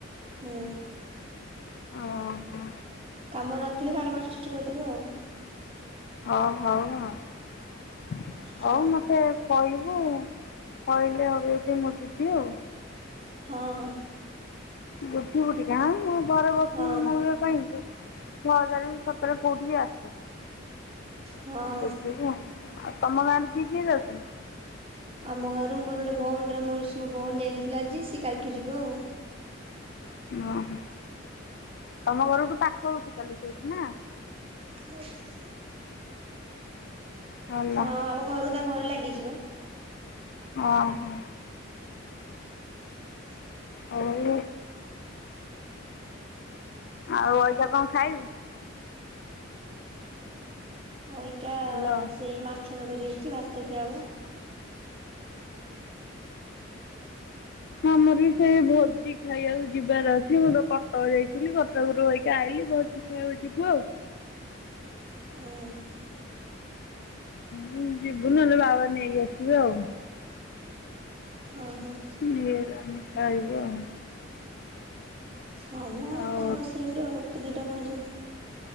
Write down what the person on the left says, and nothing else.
ଓହୋ।
ହଉ ହଉ ହଉ।
ହୋଉ ମତେ କହିବୁ କହିଲେ ଆଉ ଯଦି ମୁଁ ଯିବି ଆଉ।
ବୁଝିବୁ ଟିକେ ଆଁ ମୁଁ ଘରେ ବସିବି
କାଇଁ ପାଇଁ ଛଅ ହଜାର କୋଉଠି ଆସେ
ବୁଝିବୁ ଆଉ ତମ ଗାଁରେ କିଏ କିଏ ଅଛନ୍ତି?
ଓହୋ ତମ ଘରଠୁ ପାଖ ହଉଛି ତାହେଲେ ସେଇଠୁ ନା।
ଭଲ
ହଁ ହ।
ହଉ। ଆଉ ଏଇନା କଣ ଖାଇବୁ?
ହ୍ୟାଲୋ
ଆମର ବି ସେଇ ଭୋଜି ଖାଇବାକୁ ଯିବାର ଅଛି ମୁଁ ତ କଟକ ଯାଇଥିଲି କଟକରୁ ରହିକି ଆଇଲିି ଭୋଜି ଖାଇବାକୁ ଯିବୁ ଆଉ।
ହୁଁ ଯିବୁ ନହେଲେ ବାବା ନେଇକି ଆସିବେ ଆଉ।
ନେଇଆସିଲେ ଆମେ ଖାଇବୁ ଆଉ।
ଆଉ